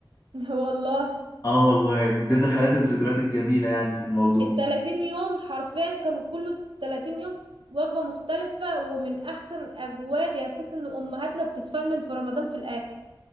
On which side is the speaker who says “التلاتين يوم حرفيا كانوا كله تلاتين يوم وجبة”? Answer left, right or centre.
Right